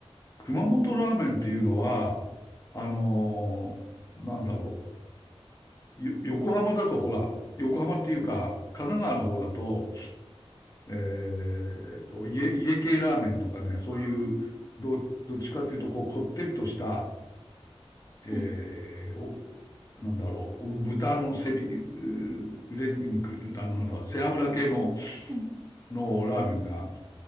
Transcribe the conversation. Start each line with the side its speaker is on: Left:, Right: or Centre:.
Left: 熊本ラーメンっていうのは、あのーなんだろう。よ横浜だとほら、横浜っていうか、神奈川の方だと、えーと、家、家系ラーメンとかね、そういう、
Right: あー
Left: ど、どっちかっていうと、こう、こってりとした、
Right: はい。
Left: えー、お、なんだろう、豚の背び、う腕肉、あの、なんだ、背脂系の、
Right: はい
Left: のラーメンが、